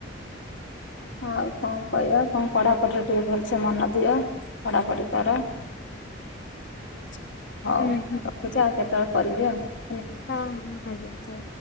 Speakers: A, on the left (about 75°); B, on the left (about 55°).
A: ଆଉ କଣ କହିବା କଣ ପଢାପଢିରେ ଟିକେ ଭଲସେ ମନ ଦିଅ ପଢାପଢି କର ହଉ
B: ହୁଁ ହୁଁ
A: ରଖୁଛି ଆଉ କେତେବେଳେ? କରିବେ ଆଉ। ହେଲା।
B: ହଁ ଆଞ ହଁ।